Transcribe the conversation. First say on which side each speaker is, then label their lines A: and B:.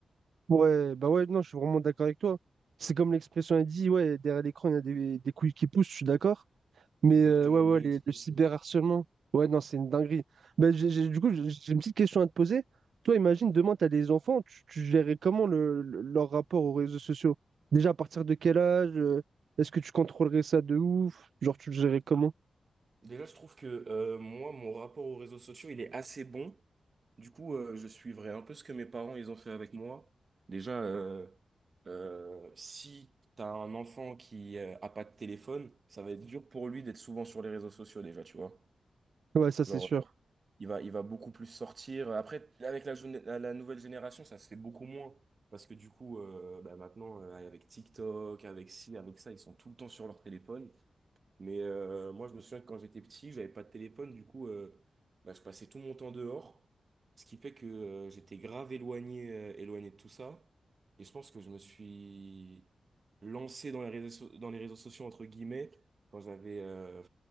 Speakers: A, on the right; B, on the right.
A: Ouais, bah ouais, non, je suis vraiment d'accord avec toi. C'est comme l'expression a dit, ouais, derrière l'écran il y a des, des couilles qui poussent, je suis d'accord. Mais
B: Exactement,
A: euh, ouais,
B: une
A: ouais,
B: bonne
A: les-
B: expression.
A: le cyberharcèlement. Ouais, non, c'est une dinguerie. Ben, j'ai, j'ai- du coup, j'ai j'ai une petite question à te poser. Toi, imagine, demain, tu as des enfants, tu, tu gérerais comment le, le- leur rapport aux réseaux sociaux? Déjà, à partir de quel âge? euh, Est-ce que tu contrôlerais ça de ouf? Genre, tu le gérerais comment?
B: Déjà, je trouve que euh, moi, mon rapport aux réseaux sociaux, il est assez bon. Du coup, euh, je suivrai un peu ce que mes parents, ils ont fait avec moi. Déjà, euh, euh, si tu as un enfant qui euh, a pas de téléphone, ça va être dur pour lui d'être souvent sur les réseaux sociaux déjà, tu vois.
A: Ouais, ça, c'est
B: Genre,
A: sûr.
B: Il va, il va beaucoup plus sortir. Après, avec la, jeune- la la nouvelle génération, ça se fait beaucoup moins. Parce que du coup, euh, bah, maintenant, euh, avec TikTok, avec ci, avec ça, ils sont tout le temps sur leur téléphone. Mais euh, moi, je me souviens que quand j'étais petit, j'avais pas de téléphone, du coup, euh, bah, je passais tout mon temps dehors, ce qui fait que euh, j'étais grave éloigné, euh, éloigné de tout ça. Et je pense que je me suis lancé dans les réseaux, so- dans les réseaux sociaux, entre guillemets, quand j'avais euh,